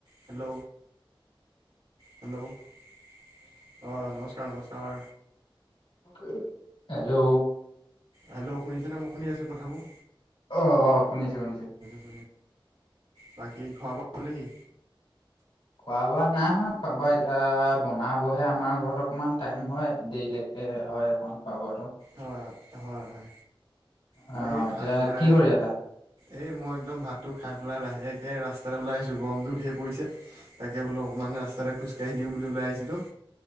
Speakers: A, on the right; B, on the left.
A: Hello hello অ নমস্কাৰ নমস্কাৰ
B: <unintelligible> হেল্লো।
A: হেল্লো, শুনিছেনে মই শুনি আছোঁ কথাবোৰ।
B: অ, অ, শুনিছো, শুনিছো।
A: অ, বাকী খোৱা বোৱা হ'ল নেকি?
B: খোৱা-বোৱা নাই হোৱা। খোৱা-বোৱা এতিয়া বনাবহে আমাৰ ঘৰত অকণমান টাইম হয়, দেৰিলে <inaudible> এ, হয় অকমান খোৱা- বোৱাটো।
A: হয়, হয়, হয়, মই
B: অ
A: এই
B: এতিয়া
A: খাই পেলাই
B: কি কৰি আছা
A: এই মই একদম ভাতটো খাই পেলাই লাহেকে ৰাস্তাতে ওলাই আহিছোঁ। গৰমটোও ধেই পৰিছে। তাকে বোলো অকণমান ৰাস্তাৰে খোজকাঢ়ি দিওঁ বুলি ওলাই আহিছিলোঁ।